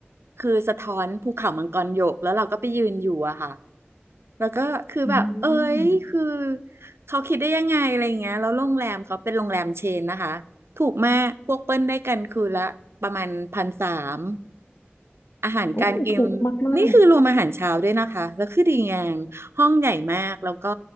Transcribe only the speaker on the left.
อืม
โอ้ถูกมากมาก